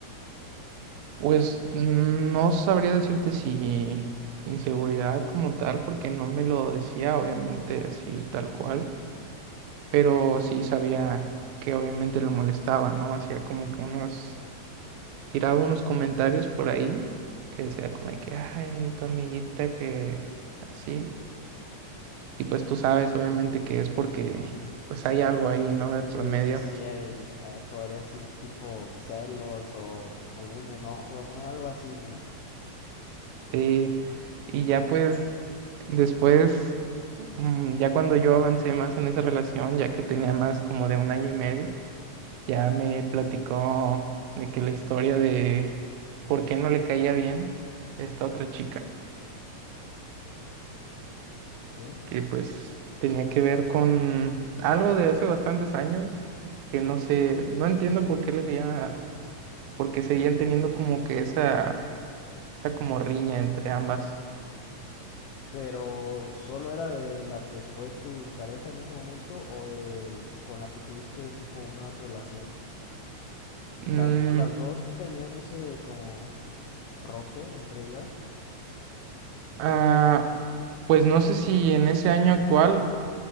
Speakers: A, on the right; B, on the left.
A: Pues no sabría decirte si inseguridad como tal, porque no me lo decía, obviamente, así tal cual pero sí sabía que obviamente lo molestaba, ¿no? Hacía como que unos, tiraba unos comentarios por ahí que decía como de que, ay, tu amiguita que así. Y pues tú sabes, obviamente, que es porque pues
B: Es-
A: hay algo ahí, ¿no?
B: Sí,
A: De promedio.
B: sí, sí, hay- hay- ah, podría decir tipo celos o algún enojo, ¿no? Algo así, ¿no?
A: Sí. Y ya pues después, mm, ya cuando yo avancé más en esa relación, ya que tenía más como de un año y medio, Ya me platicó de que la historia de por qué no le caía bien esta otra chica,
B: Sí.
A: que pues tenía que ver con algo de hace bastantes años, que no sé, no entiendo por qué le seguía, por qué seguían teniendo como que esa, esa como riña entre ambas.
B: Pero solo era de la que fue tu pareja en ese momento o de con la que tuviste tipo una relación.
A: Mm,
B: Las, las dos tenían ese como roce entre ellas.
A: ah, pues no sé si en ese año actual